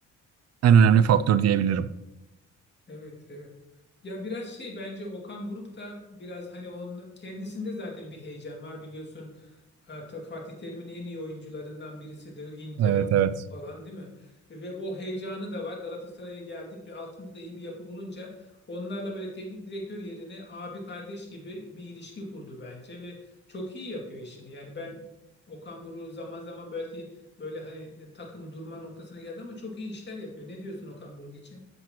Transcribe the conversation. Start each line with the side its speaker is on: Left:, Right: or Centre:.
Right: en önemli faktör diyebilirim.
Left: Evet, evet. Ya biraz şey bence Okan Buruk da biraz hani onun kendisinde zaten bir heyecan var biliyorsun. Ha, Ta- Fatih Terim'in en iyi oyuncularından birisi de Inter'e
Right: Evet
Left: gitti
Right: evet.
Left: falan değil mi? Ve o heyecanı da var. Galatasaray'a geldi. Bir altında da iyi bir yapı bulunca onlarla böyle teknik direktör yerine abi kardeş gibi bir ilişki kurdu bence ve çok iyi yapıyor işini. Yani ben Okan Buruk zaman zaman belki böyle hani e, takım durma noktasına geldi ama çok iyi işler yapıyor. Ne diyorsun Okan Buruk için?